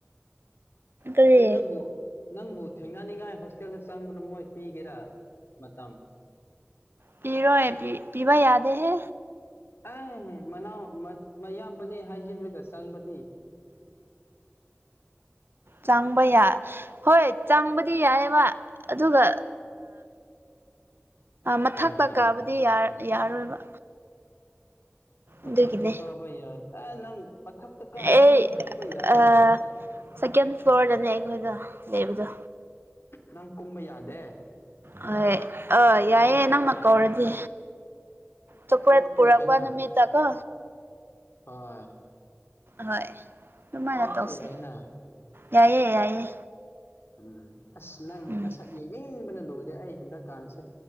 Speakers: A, on the right (about 65°); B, on the left (about 80°).
A: ꯀꯔꯤ
B: ꯑꯩ ꯅꯪꯕꯨ ꯅꯪꯕꯨ ꯊꯦꯡꯅꯅꯤꯡꯉꯥꯏ ꯍꯣꯁꯇꯦꯜꯗ ꯆꯪꯕꯗꯣ ꯃꯣꯏ ꯄꯤꯒꯦꯔꯥ ꯃꯇꯝ
A: ꯄꯤꯔꯣ ꯄ ꯄꯤꯕ ꯌꯥꯗꯦꯍꯦ
B: ꯑ ꯃꯅꯥꯎ ꯃꯌꯥꯝꯕꯅꯦ ꯍꯥꯏꯖꯤꯜꯂꯒ ꯆꯪꯕꯗꯤ
A: ꯆꯥꯡꯕ ꯌꯥ ꯍꯣꯏ ꯆꯥꯡꯕꯗꯤ ꯌꯥꯏꯑꯕ ꯑꯗꯨꯒ ꯃꯊꯛꯇ
B: ꯍꯥꯏꯔꯣ ꯍꯥꯏꯔꯣ
A: ꯀꯥꯕꯨꯗꯤ ꯌꯥꯔꯣꯏꯕ
B: ꯃꯊꯛꯇ
A: ꯑꯗꯨꯒꯤꯅꯦ
B: ꯀꯥꯕ ꯌꯥꯏ ꯑꯦ ꯅꯪ ꯃꯊꯛꯇ ꯀꯥꯗꯁꯨ
A: ꯑꯩ
B: ꯅꯪ ꯀꯨꯞꯄ ꯌꯥꯏꯅ
A: ꯑ ꯁꯦꯀꯦꯟ ꯐ꯭ꯂꯣꯔꯗꯅꯦ ꯑꯩꯈꯣꯏꯗ ꯂꯩꯕꯗꯣ
B: ꯅꯪ ꯀꯨꯝꯕ ꯌꯥꯗꯦ
A: ꯍ ꯑꯥ ꯌꯥꯏꯑꯦ ꯅꯪꯃꯛ ꯀꯧꯔꯗꯤ ꯆꯄꯠ
B: ꯊꯣꯛꯂꯛꯄ
A: ꯄꯨꯔꯛꯄ
B: ꯌꯥꯏꯅ
A: ꯅꯨꯃꯤꯀꯣ
B: ꯍꯣꯏ
A: ꯍꯣꯏ ꯑꯗꯨꯃꯥꯏꯅ
B: ꯊꯣꯛꯂꯛꯄ
A: ꯇꯧꯁꯦ
B: ꯌꯥꯏꯅ
A: ꯌꯥꯏꯌꯦꯦ ꯌꯥꯏꯌꯦ
B: ꯎꯝ ꯑꯁ ꯅꯪ
A: ꯎꯝ
B: ꯅꯁꯛ ꯌꯦꯡꯅꯤꯡꯕꯅ ꯂꯣꯏꯔꯦ ꯑꯩ ꯍꯟꯗꯛꯀꯥꯟꯁꯦ